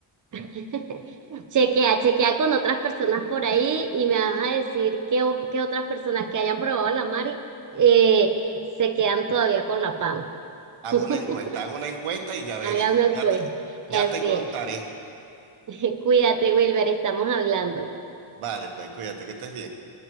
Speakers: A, on the right; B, on the right.
A: <laughs> Chequea, chequea con otras personas por ahí y me vas a decir que, otras personas que hayan probado la Mari eh, se quedan todavía con la pan.
B: Hago
A: <laughs>
B: una encuesta, hago una encuesta y ya
A: Hagan
B: veré.
A: una encuesta.
B: Ya te,
A: Así
B: ya te contaré.
A: es. <laughs> Cuídate, Wilber, estamos hablando.
B: Vale, pues cuídate, que estés bien.